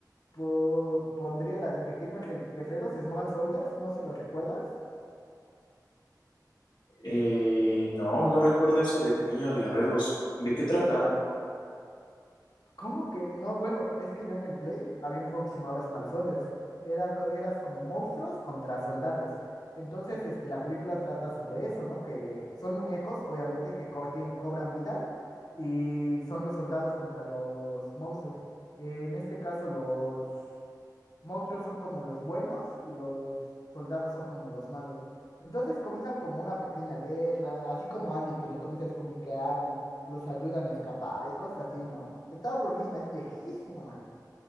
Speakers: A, on the left; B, on the left.
A: po- pondría la de Pequeños Re- Guerreros, Small Soldiers, no sé si lo recuerdas.
B: Eh, no, no recuerdo esa de Pequeños Guerreros. ¿De qué trata?
A: ¿Cómo que no? Bueno, es que yo en el Play había un juego que se llamaba Small Soldiers. Era, co- eras como monstruos contra soldados. Entonces, este, la película trata sobre eso, ¿no? Que son muñecos, obviamente, que co- tienen- cobran vida y son los soldados contra los monstruos. en este caso, los monstruos son como los buenos y los soldados son como los malos. Entonces comienzan como una pequeña guerra, así como Andy que los comienza a descubrir que hablan los ayudan a escapar y cosas así, ¿no? Estaba buenísima, es viejísima.